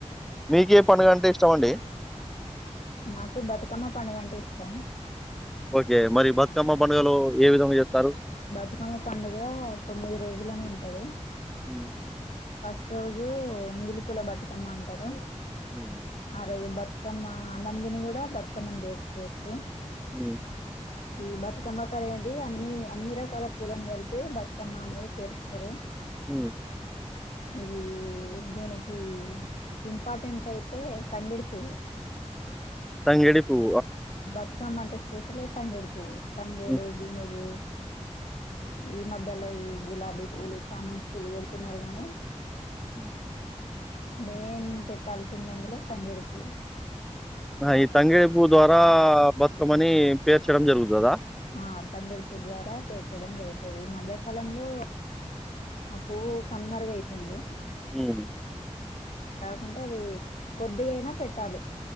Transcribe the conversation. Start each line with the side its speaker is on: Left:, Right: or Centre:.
Centre: మీకే పండుగ అంటే ఇష్టం అండి
Left: నాకు బతుకమ్మ పండుగంటే ఇష్టం
Centre: ఓకే మరి బతుకమ్మ పండుగలు ఏ విధంగా చేస్తారు
Left: బతుకమ్మ పండుగ తొమ్మిది రోజులని ఉంటది
Centre: హ్మ్
Left: ఫస్ట్ రోజు ఎంగిలి పూల బతుకమ్మ అంటారు
Centre: మ్మ్.
Left: ఆ రోజు బత్ బతుకమ్మ ఆనందిని కూడా బతుకమ్మని బేర్చుకోవొచ్చు
Centre: హ్మ్
Left: ఈ బతుకమ్మ కానేది అన్ని అన్ని రకాల పూలను కలిపి బతుకమ్మ అనేది పేరుస్తరు
Centre: ఉమ్
Left: ఇది దీనికి ఇంపార్టెంట్ అయితే తంగేడు పువ్వు
Centre: తంగేడి పువ్వు
Left: బతుక్కమ్మాంటే స్పెషలే తంగేడి పువ్వు తంగేడు
Centre: మ్మ్.
Left: గునుగు ఈ మధ్యల ఈ గులాబీ పూలు చామజ్ పూలు పెడుతున్నారు గానీ
Centre: ఉ
Left: మెయిన్ పెట్టాల్సింది అందులో తంగేడ్ పువ్వు
Centre: ఈ తంగేడి పువ్ ద్వారా బతుకమ్మని పేర్చడం జరుగుతదా
Left: ఆ తంగేడి పువ్వు ద్వారా పెట్టడం జరుగుతుంది ఈ మధ్యకాలంలో ఆ పువ్వు కనుమరుగయితుంది
Centre: హ్మ్
Left: కాకుంటే అది కొద్దిగా అయినా పెట్టాలి